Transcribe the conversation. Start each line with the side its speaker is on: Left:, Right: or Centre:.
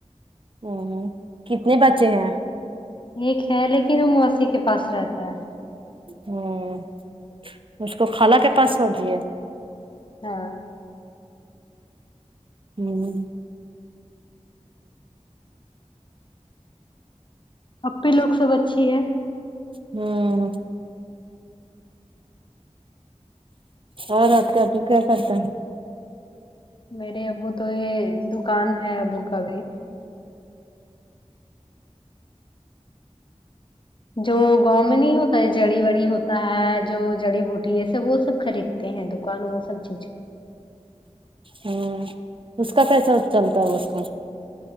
Right: ہوں کتنے بچے ہیں
Left: ایک ہے لیکن وہ موسی کے پاس رہتا ہے
Right: ہوں اس کو خالہ کے پاس چھوڑ دیے
Left: ہاں
Right: ہوں
Left: ایپی لوگ سب اچھی ہے
Right: ہوں اور اپ کا ابو کیا کرتا ہے
Left: میرے ابو تو یہ دکان ہے ابو کا بھی جو گاؤں میں نہیں ہوتا ہے جڑی وڑی ہوتا ہے جو جڑی بوٹی یہ سب وہ سب خرید ہیں دکان وہ سب چیز
Right: ہوں اس کا کیسا چلتا ہے اس کا